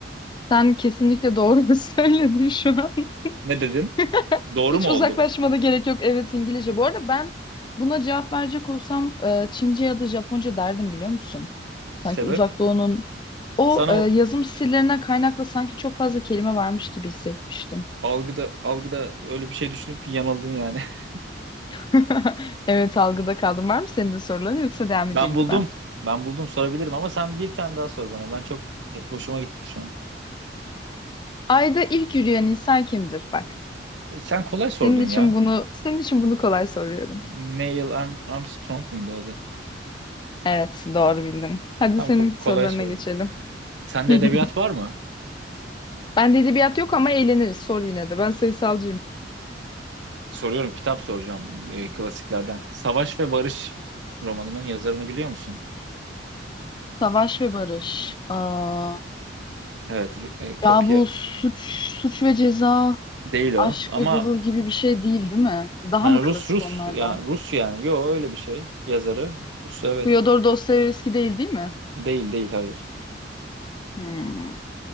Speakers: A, on the left (about 25°); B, on the right (about 75°).
A: Sen kesinlikle doğru <laughs> söyledin şu an.
B: Ne dedim?
A: <laughs>
B: Doğru
A: Hiç
B: mu
A: uzaklaşmada
B: oldu?
A: gerek yok. Evet İngilizce. Bu arada ben buna cevap verecek olsam e, Çince ya da Japonca derdim biliyor musun? Sanki
B: Sebep?
A: Uzak Doğu'nun o
B: Sana
A: e, yazım
B: o
A: stillerinden kaynaklı sanki çok fazla kelime varmış gibi hissetmiştim.
B: algıda algıda öyle bir şey düşünüp yanıldın yani. <laughs>
A: <laughs> Evet algıda kaldım. Var mı senin de soruların yoksa devam
B: Ben
A: edeyim
B: buldum.
A: mi ben?
B: Ben buldum sorabilirim ama sen bir tane daha sor bana. Ben çok e, hoşuma gitti şu an.
A: Ayda ilk yürüyen insan kimdir? Bak.
B: E, sen kolay sordun
A: Senin için
B: ya.
A: bunu senin için bunu kolay soruyorum.
B: Neil Arm- Armstrong muydu adı?
A: Evet, doğru bildin. Hadi
B: Tam
A: senin
B: ko-
A: sorularına
B: kolay sordum.
A: geçelim.
B: Sende
A: <laughs>
B: edebiyat var mı?
A: Ben de edebiyat yok ama eğleniriz. Sor yine de. Ben sayısalcıyım.
B: Soruyorum, kitap soracağım e, klasiklerden. Savaş ve Barış romanının yazarını biliyor musun?
A: Savaş ve Barış. Aa,
B: Evet, Ru- e, kopya
A: ya bu suç, suç ve ceza,
B: değil o.
A: aşk
B: Ama
A: ve gurur gibi bir şey değil, değil mi? Daha
B: hani
A: mı klasik
B: Rus Rus
A: onlardan?
B: yani Rus yani. Yo öyle bir şey. Yazarı Rus evet.
A: Fyodor Dostoyevski değil, değil mi?
B: Değil değil hayır.
A: Hmm.